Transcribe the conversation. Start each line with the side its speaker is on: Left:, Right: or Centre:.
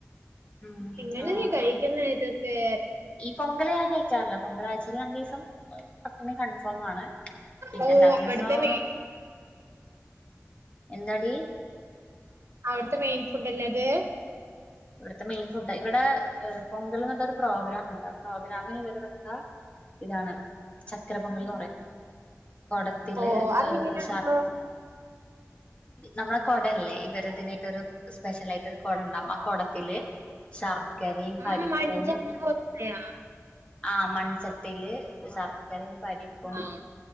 Left: ഉം
Right: എങ്ങനെ
Left: ആ
Right: കഴിക്കുന്നേ ഇത് ഏ
Left: ഈ <unintelligible> പൊങ്കളാഴ്ചയിൽ രണ്ട് ദിവസം പട്ടിണി കൺഫേം ആണ് പിന്നെ
Right: ഓ
Left: അല്ലാത്ത
Right: അവിടുത്തെ
Left: ദിവസം
Right: മെയിൻ
Left: എന്താടി?
Right: അവിടുത്തെ മെയിൻ ഫുഡ് അല്ലേ അത്?
Left: ഇവിടുത്തെ മെയിൻ ഫുഡ ഇവിടെ എ പൊങ്കൽന്ന് പറഞ്ഞിട്ടൊരു പ്രോഗ്രാം ഉണ്ട് ആ പ്രോഗ്രാമിന് വരുന്നത് ആ ഇതാണ് ചക്കര പൊങ്കൽന്ന് പറയും കൊടത്തില്
Right: ഓ അതെങ്ങനെയാണല്ലോ
Left: ശർക്ക് നമ്മടെ കൊടല്ലേ? <unintelligible> സ്പെഷ്യൽ ആയിട്ട് ഒരു കൊടം ഉണ്ടാവും ആ കൊട ത്തില് ശർക്കരയും
Right: ഉം
Left: പരിപ്പും
Right: മഞ്ചാറ് പോലത്തെയാ
Left: ആഹ് മൺചട്ടിയില് ശർക്കര പരിപ്പും.
Right: ആഹ്